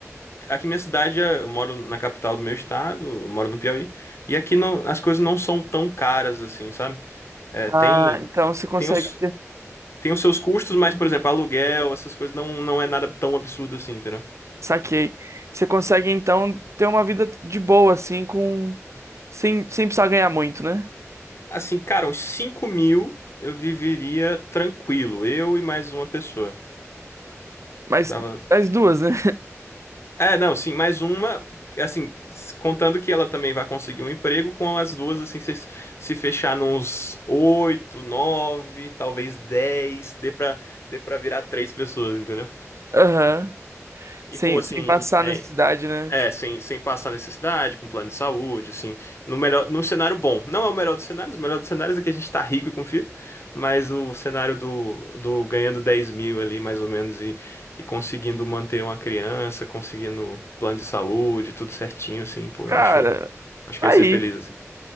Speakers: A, on the left; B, on the right.
A: aqui minha cidade, é- eu moro na capital do meu estado, eu moro no Piauí, e aqui não, as coisas não são tão caras assim, sabe? É,
B: Ah,
A: tem,
B: então você consegue.
A: tem os, tem os seus custos, mas, por exemplo, aluguel, essas coisas não, não é nada tão absurdo assim, entendeu?
B: Saquei. Você consegue então ter uma vida de boa, assim, com. Sem, sem precisar ganhar muito, né?
A: Assim, cara, uns 5 mil eu viveria tranquilo, eu e mais uma pessoa.
B: Mas
A: Dava,
B: as duas, né?
A: É, não, sim, mais uma, assim, contando que ela também vai conseguir um emprego, com as duas, assim, se, se fechar nos oito, nove, talvez dez, dê pra, dê pra virar três pessoas, entendeu?
B: <laughs> Aham. Sem,
A: E, pô, assim,
B: sem passar
A: é,
B: necessidade, né?
A: é,
B: Tipo,
A: sem, sem passar necessidade, com plano de saúde, assim, no melhor, num cenário bom. Não é o melhor dos cenários, o melhor dos cenários é que a gente tá rico e confia, mas o cenário do, do ganhando 10 mil ali, mais ou menos, e, e conseguindo manter uma criança, conseguindo plano de saúde, tudo certinho, assim, pô,
B: cara,
A: eu acho, acho
B: tá
A: que eu ia
B: aí.
A: ser feliz, assim.